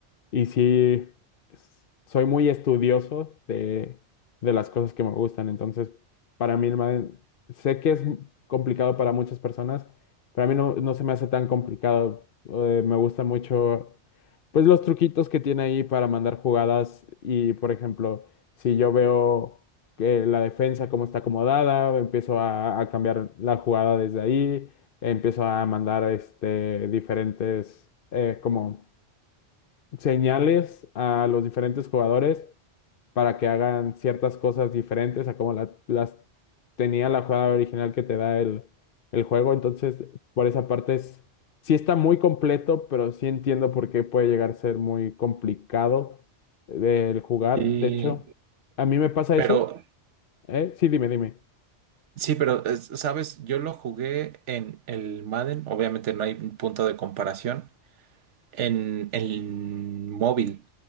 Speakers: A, on the left; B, on the right.
A: y sí, s- soy muy estudioso de, de las cosas que me gustan. Entonces, para mí, el ma- sé que es complicado para muchas personas, pero a mí no, no se me hace tan complicado. Eh, me gusta mucho, pues, los truquitos que tiene ahí para mandar jugadas. Y, por ejemplo, si yo veo que la defensa cómo está acomodada, empiezo a, a cambiar la jugada desde ahí, empiezo a mandar este, diferentes, eh, como señales a los diferentes jugadores para que hagan ciertas cosas diferentes a como la- las tenía la jugada original que te da el, el juego. Entonces, por esa parte es, sí está muy completo, pero sí entiendo por qué puede llegar a ser muy complicado del jugar.
B: Y,
A: De hecho, a mí me pasa
B: pero
A: eso, ¿eh? Sí, dime, dime.
B: sí, pero es- sabes, yo lo jugué en el Madden, obviamente no hay un punto de comparación, en el móvil,